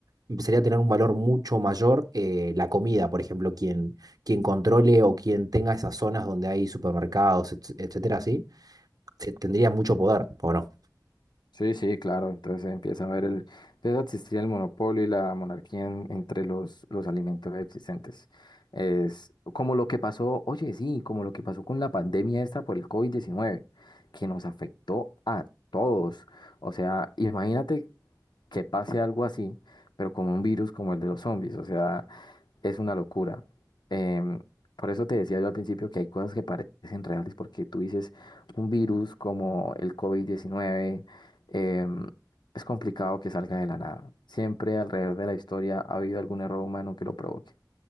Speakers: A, on the right; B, on the left.
A: empezaría a tener un valor mucho mayor eh, la comida, por ejemplo, quien, quien controle o quien tenga esas zonas donde hay supermercados, etc- etcétera, así, eh, tendría mucho poder, ¿o no?
B: Sí, sí, claro. Entonces empieza a haber el, empieza a existir el monopolio y la monarquía en- entre los, los alimentos existentes. Es como lo que pasó, oye, sí, como lo que pasó con la pandemia esta por el covid diecinueve que nos afectó a todos. O sea, imagínate que pase algo así, pero como un virus como el de los zombies. O sea, es una locura. Em, por eso te decía yo al principio que hay cosas que parecen reales, porque tú dices, un virus como el covid diecinueve em, es complicado que salga de la nada. Siempre alrededor de la historia ha habido algún error humano que lo provoque.